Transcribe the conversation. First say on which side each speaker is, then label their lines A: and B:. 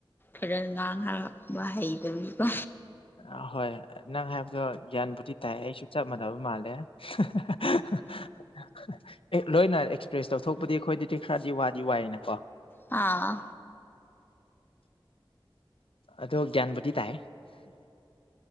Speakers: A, on the left; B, on the left.
A: <inaudible> ꯍꯩꯇꯕꯅꯤꯀꯣ
B: ꯑ ꯍꯣꯏ ꯅꯪ ꯍꯥꯏꯕꯗꯣ ꯒ꯭ꯌꯥꯟ ꯕꯨꯗꯤ ꯇꯥꯏ ꯑꯩꯁꯨ ꯆꯞ ꯃꯥꯟꯅꯕ ꯃꯥꯜꯂꯦ <unintelligible> ꯑꯦ ꯂꯣꯏꯅ ꯑꯦꯛꯁꯄ꯭ꯔꯦꯁ ꯇꯧꯊꯣꯛꯄꯗꯤ ꯑꯩꯈꯣꯏꯗꯗꯤ ꯈꯔꯗꯤ ꯋꯥꯗꯤ ꯋꯥꯏꯅꯀꯣ
A: ꯑꯥ
B: ꯑꯗꯣ ꯒ꯭ꯌꯥꯟꯕꯨꯗꯤ ꯇꯥꯏ